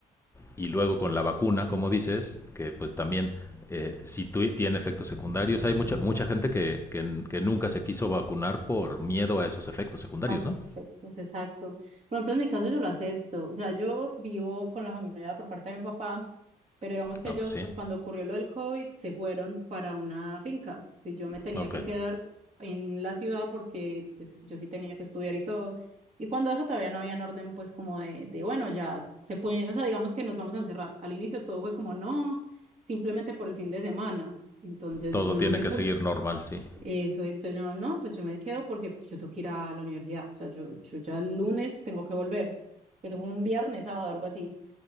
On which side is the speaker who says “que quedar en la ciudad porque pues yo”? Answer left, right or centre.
Right